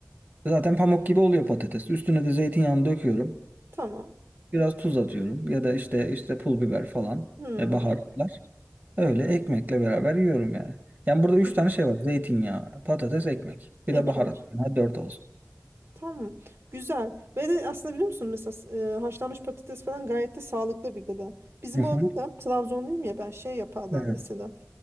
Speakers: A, on the right (about 50°); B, on the right (about 80°).
A: zaten pamuk gibi oluyor patates. Üstüne de zeytinyağını döküyorum.
B: Tamam.
A: Biraz tuz atıyorum ya da işte işte pul biber falan
B: Hmm.
A: e, baharatlar. Öyle ekmekle beraber yiyorum yani. Yani burada üç
B: Gü-
A: tane şey var. Zeytinyağı, patates, ekmek. Bir
B: Ekmek.
A: de baharat. Ha, dört olsun.
B: Tamam. Güzel. Ve de aslında biliyor musun mesela e, haşlanmış patates falan gayet de sağlıklı bir gıda. Bizim
A: Hı hı.
B: orada da Trabzonluyum ya ben şey yaparlar
A: Evet.
B: mesela.